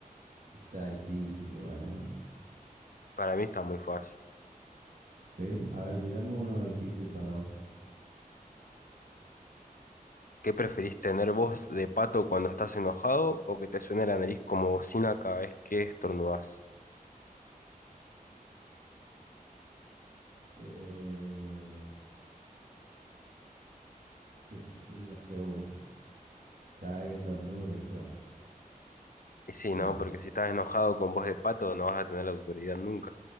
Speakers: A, on the right (about 70°); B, on the left (about 70°).
A: Está difícil igual, ¿eh?
B: Para mí está muy fácil.
A: Sí, a ver, tirame uno difícil para vos.
B: ¿Qué preferís tener voz de pato cuando estás enojado o que te suene la nariz como bocina cada vez que estornudás?
A: Eh, que es y la segunda. Cada vez que estornudo que suene.
B: Y sí,
A: ¿Qué
B: no,
A: hace?
B: porque si estás enojado con voz de pato no vas a tener la autoridad nunca.